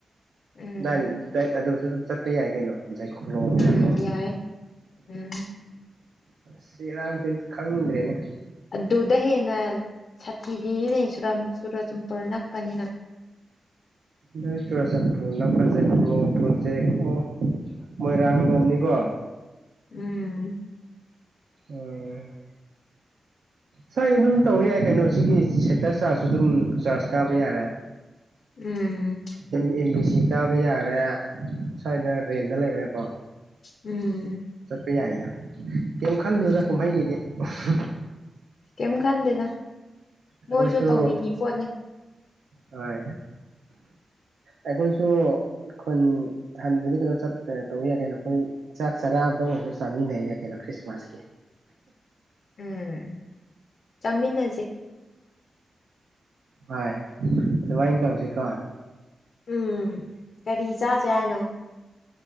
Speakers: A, on the left; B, on the right.
A: ꯎꯝ
B: <inaudible> ꯂꯨꯔꯁꯨꯗꯨꯝ ꯆꯠꯄ ꯌꯥꯏ ꯀꯩꯅꯣ ꯏ ꯈꯨꯂꯣ ꯉ
A: ꯎꯝ
B: ꯀ
A: ꯌꯥꯏ ꯎꯝ
B: ꯁꯤ ꯏꯔꯥꯡꯗꯤ ꯈꯪꯗ꯭ꯔꯦꯅꯦ
A: ꯑꯗꯨ ꯎꯗꯍꯦꯅ ꯁꯥꯊꯤꯔꯤꯅꯤꯅꯦꯨꯔ ꯆꯨꯔꯆꯄꯨꯔ ꯅꯛꯄꯅꯤꯅ
B: ꯅꯣꯏ ꯆꯨꯔꯆꯥꯟꯄꯨꯔ ꯅꯥꯎꯀꯖꯠꯄꯣ ꯄ꯭ꯔꯣꯖꯦꯛ ꯑꯣ ꯃꯣꯏꯔꯥꯡ ꯂꯣꯝꯅꯤꯀꯣ
A: ꯎꯝ
B: ꯎꯝ ꯁꯥꯏ ꯑꯗꯨꯝ ꯇꯧꯕ ꯌꯥꯏ ꯀꯩꯅꯣ ꯁꯤꯒꯤ ꯁꯦꯟꯇꯔ ꯆꯥꯔꯖꯁꯨ ꯑꯗꯨꯝ ꯆꯥꯔꯖ ꯀꯥꯕ ꯌꯥꯔꯦ
A: ꯎꯝ
B: ꯑꯦꯝ ꯑꯦꯝ ꯕꯤ ꯁꯤ ꯀꯥꯕ ꯌꯥꯔꯦ ꯁ꯭ꯋꯥꯏꯗ ꯔꯦꯟꯗ ꯂꯩꯔꯦꯀꯣ
A: ꯎꯝ
B: ꯄꯌꯥꯥꯏꯗ ꯀꯦꯝ ꯈꯜꯂꯨꯅꯨꯗꯥ
A: ꯎꯝ
B: ꯀꯨꯃꯍꯩꯒꯤꯗꯤ <unintelligible>
A: ꯀꯝ ꯈꯥꯟꯗꯦꯗ ꯃꯣꯏꯁꯨ
B: ꯑꯩꯈꯣꯏꯁꯨ
A: ꯇꯧꯅꯤꯡꯉꯤ ꯄꯣꯠꯅꯤ
B: ꯍꯣꯏ ꯑꯩꯈꯣꯏꯁꯨ ꯈꯨꯟ ꯍꯟꯗꯗꯤ ꯀꯩꯅꯣ ꯆ ꯇꯧ ꯌꯥꯏ ꯀꯩꯅꯣ ꯑꯩꯈꯣꯏ ꯆꯥꯛ ꯆꯔꯥꯕꯗ ꯑꯣꯏꯔꯁꯨ ꯆꯥꯃꯤꯟꯅꯩ ꯌꯥꯏ ꯀꯩꯅꯣ ꯈ꯭ꯔꯤꯁꯃꯥꯁꯀꯤ
A: ꯎꯝ ꯆꯥꯃꯤꯟꯅꯁꯤ
B: ꯍ ꯑꯗꯨꯃꯥꯏꯅ ꯇꯧꯁꯤꯀꯣ
A: ꯎꯝ ꯀꯔꯤ ꯆꯥꯁꯦ ꯍꯥꯏꯅꯣ